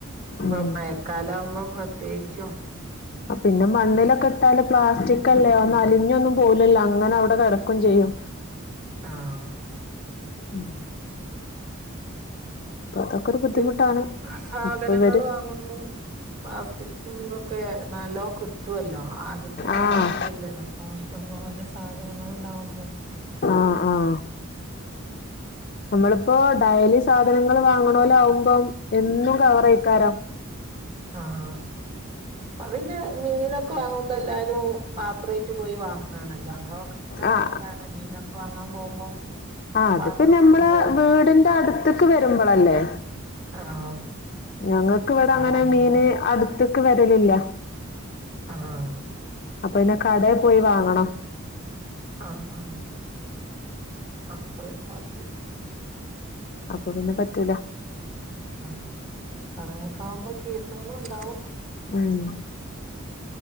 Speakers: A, on the right; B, on the left.
A: ഇപ്പൊ
B: ഉം
A: മഴക്കാല ആവുമ്പം പ്രത്യേകിച്ചും
B: പിന്നെ മണ്ണിലൊക്കെ ഇട്ടാല് പ്ലാസ്റ്റിക് അല്ലേ ഒന്ന് അലിഞ്ഞൊന്നും പോവൂലല്ലോ അങ്ങനെ അവിടെ കെടക്കും ചെയ്യും
A: ആഹ്
B: ഉം അപ്പൊ അതൊക്കെ
A: ഒരു
B: ബുദ്ധിമുട്ടാണ്
A: സാധനങ്ങൾ
B: ഇപ്പൊ ഇവര്
A: വാങ്ങും മ്പൊ പ്ലാസ്റ്റിക്കൊക്കെ നല്ലോകി ട്ടുവല്ലോ ആദ്യത്തൊന്നും
B: ആഹ്
A: മാതിരിയല്ലല്ലോപ്പൊ ഇഷ്ട്ടം പോലെ സാധനങ്ങളുണ്ടാവുമ്പൊ
B: ആഹ് ആഹ് നമ്മളിപ്പോ ഡയലി സാധനങ്ങൾ വാങ്ങണലോലാകുമ്പം എന്നും കവറയിക്കാരോ
A: ആഹ് അപ്പ പിന്നെ മീനൊക്കെ വാങ്ങുമ്പോ എല്ലാരും പാത്രയ്റ്റ് പോയി വാങ്ങയാണല്ലോ ങ്ങളൊക്കെ ഇ
B: ആഹ്
A: വാങ്ങലാണ് നീനക്ക വാങ്ങാൻ പോകുമ്പോ
B: ആഹ് അത്
A: പാത്രം
B: പ്പനമ്മള
A: കൊണ്ടു പോവും
B: വീടിന്റെ അടുത്തേക്ക് വരുമ്പളല്ലേ
A: ആഹ്
B: ഞങ്ങക്ക് ഇവിടെ അങ്ങനെ
A: കൊണ്ടു
B: മീന്
A: പോവും
B: അടുത്ത്ക്ക് വരലില്ല
A: ആഹ്
B: അപ്പൊ പിന്നെ കടേ പോയി വാങ്ങണം
A: ആഹ് ആഹ് അപ്പൊ പിന്നെ പറ്റില്ല
B: അപ്പൊ പിന്നെ പറ്റൂല
A: ആഹ് പറയൊക്കെ ആാവുമ്പോ കേസുകളും ഉണ്ടാവും
B: ഉം